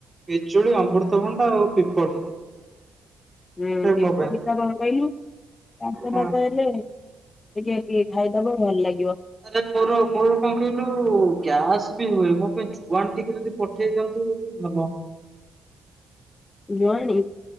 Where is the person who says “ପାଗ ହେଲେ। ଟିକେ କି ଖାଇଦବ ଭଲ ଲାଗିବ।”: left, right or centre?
Left